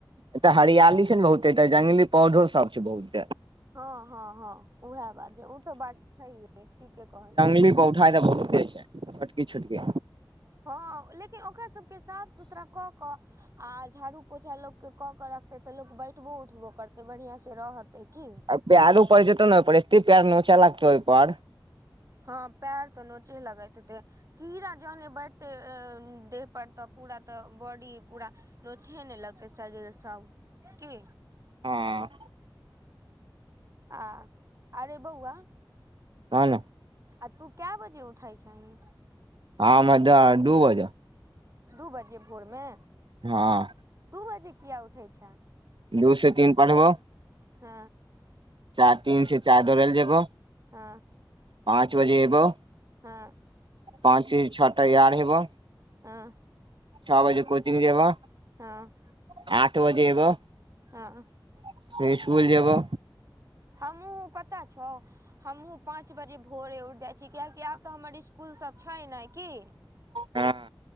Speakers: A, on the right; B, on the right.
A: एतऽ हरियाली छै नै बहुतेऽ त जंगली पौधो सब छै बहुत।
B: हां-हां-हां उहाए बात जे उ तऽ बात छैेहये ठीके कहलीये।
A: ली पौठा एतऽ बहुते छै छोटकी-छोटकी।
B: हां लेकिन ओकरा सबके साफ-सुथरा कऽ कऽ आ झाड़ू-पोछा लोकके कऽ के रखतै तऽ लोक बैठबो-उठबो करतै बढ़ियां से रहतै की।
A: आ पाएरो पड़ जेतो नै ओय पर एते पाएर नोचा लागतो ओय पर।
B: हां पाएर तऽ नोचे लगैत हेते। कीड़ा जहने बढ़तै अ देह पर त पूरा त बॉडी पूरा नोचहे ने लगतै शरीर सब की।
A: हँ।
B: आ अरे बौआ
A: ह ने।
B: आ तू कए बजे उठय छहीं।
A: हँ मज डू बजे।
B: दू बजे भोरमे।
A: हँ।
B: दू बजे किया उठय छैं।
A: दू से तीन पढ़ब
B: हँ।
A: चार तीन से चारि दौड़ै ल जेबऽ
B: हँ।
A: पाँच बजे एबौ
B: हँ।
A: पाँच से छ तैयार हेबौ।
B: ह।
A: छ बजे कोचिंग जेबौ,
B: हँ
A: सात बजे एबौ।
B: हँ
A: फेर इसकुल जेबौ।
B: हमहु पता छौ हमहु पांच बजे भोरे उठय छी कियाकि आब त हमर इसकुल सब छैय नइ की।
A: हँ।